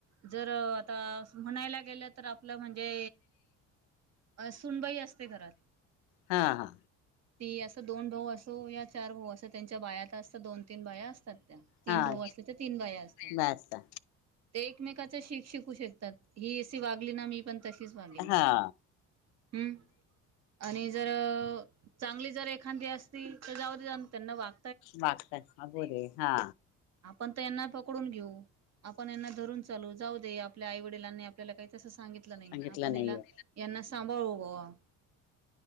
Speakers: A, on the right; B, on the left.
A: जर आता म्हणायला गेलं तर आपलं म्हणजे अ सुनबाई असते घरात
B: हा हा
A: ती असं दोन भाऊ असो या चार भाऊ अस त्यां बायात असत दोन तीन बाया असतात त्या तीन
B: हा
A: भाऊ असले तीन बाया असतात
B: बसता
A: ते एकमेकाच शीक शिकू शकतात ही अशी वागली ना मी पण तशीच वागेन
B: हा
A: हम्म आणि जर चांगली जर एखादी असती तर जाऊ जा त्यांना वाग
B: वागता ह बोरे हा.
A: पण यांना पकडून घेऊ आपण यांना धरून चालू जाऊ दे आपल्या आई वडिलांनी आपल्याला काही तसं सांगितलं नाही
B: सांगितलं
A: आपण
B: नाहीये
A: हिला यांना सांभाळू <unintelligible>